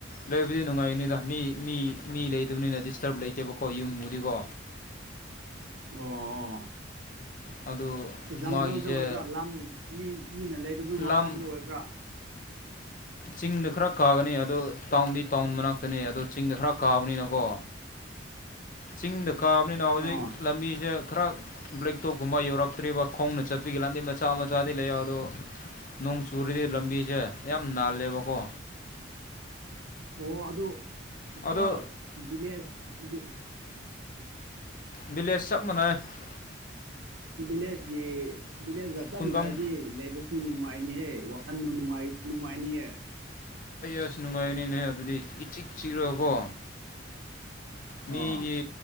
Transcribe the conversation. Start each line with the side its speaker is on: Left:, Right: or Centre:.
Left: ꯂꯩꯕꯗꯤ ꯅꯨꯡꯉꯥꯏꯅꯤꯗ ꯃꯤ ꯃꯤ ꯃꯤ ꯂꯩꯇꯕꯅꯤꯅ ꯗꯤꯁꯇꯔꯕ ꯂꯩꯇꯦꯕꯀꯣ ꯌꯨꯝꯕꯨꯗꯤꯀꯣ
Right: ꯑꯣ ꯑꯣ
Left: ꯑꯗꯨ
Right: ꯖꯪꯒꯜꯗ
Left: ꯃꯥꯒꯤꯁꯦ
Right: ꯑꯣꯏꯕ꯭ꯔꯥ ꯂꯝ ꯃꯤ ꯃꯤꯅ ꯂꯩꯗꯕ ꯃꯐꯝꯗ
Left: ꯂꯝ
Right: ꯑꯣꯏꯕ꯭ꯔꯥ
Left: ꯆꯤꯡꯗ ꯈꯔ ꯀꯥꯒꯅꯤ ꯑꯗꯨ ꯇꯥꯎꯟꯗꯤ ꯇꯥꯎꯟ ꯃꯅꯥꯛꯇꯅꯤ ꯑꯗꯨ ꯆꯤꯡꯗ ꯈꯔ ꯀꯥꯕꯅꯤꯅꯀꯣ ꯆꯤꯡꯗ ꯀꯥꯕꯅꯤꯅ ꯍꯧꯖꯤꯛ
Right: ꯑꯣ
Left: ꯂꯝꯕꯤꯁꯦ ꯈꯔ ꯕ꯭ꯂꯦꯛꯇꯣꯞꯀꯨꯝꯕ ꯌꯧꯔꯛꯇ꯭ꯔꯤꯕ ꯈꯣꯡꯅ ꯆꯠꯄꯤꯒꯤ ꯂꯝꯗꯤ ꯃꯆꯥ ꯃꯆꯥꯗꯤ ꯂꯩꯑꯦ ꯑꯗꯣ ꯅꯣꯡ ꯆꯨꯔꯗꯤ ꯂꯝꯕꯤꯁꯦ ꯌꯥꯝ ꯅꯥꯜꯂꯦꯕꯀꯣ
Right: ꯑꯣ ꯑꯗꯨ ꯈꯔ
Left: ꯑꯗꯣ
Right: ꯕꯤꯂꯦꯁ ꯕꯤ
Left: ꯕꯤꯂꯦꯁ ꯆꯞ ꯃꯅꯔꯦ <unintelligible>
Right: ꯕꯤꯂꯦꯁꯒꯤ ꯕꯤꯂꯦꯁꯒ ꯆꯞ
Left: ꯈꯨꯡꯒꯪ
Right: ꯃꯅꯔꯗꯤ ꯂꯩꯕꯁꯨ ꯅꯨꯡꯉꯥꯏꯅꯤꯍꯦ ꯋꯥꯈꯟꯗꯨ ꯅꯨꯉꯥꯏ ꯅꯨꯡꯉꯥꯏꯅꯤ ꯑꯦ
Left: ꯑꯁ ꯅꯨꯡꯉꯥꯏꯅꯤꯅꯦ ꯑꯗꯨꯗꯤ ꯏꯆꯤꯛ ꯆꯤꯛꯔ ꯀꯣ ꯃꯤꯒꯤ
Right: ꯑꯥ